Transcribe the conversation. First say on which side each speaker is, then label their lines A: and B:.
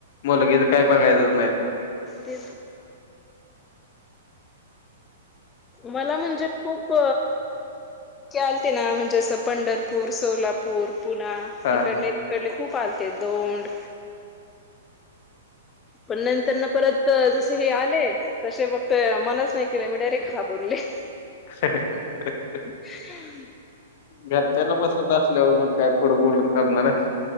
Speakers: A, on the left; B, on the left.
A: मुलगी काहीठरल नाही
B: त मला म्हणजे खूप... आलते ना म्हणजे पंढरपूर, सोलापूर, पुना.
A: हा
B: इक डले तिकडले खूप आलते दोन. पण नंतर ना परत जस हे आले. तसे फक्त मनच नाही केले मी डायरेक्ट हा बोलले.
A: <inaudible>
B: हम्....
A: घरच्याला पसंत असल्यावर मग काय पुढं बोलून चालणार आहे.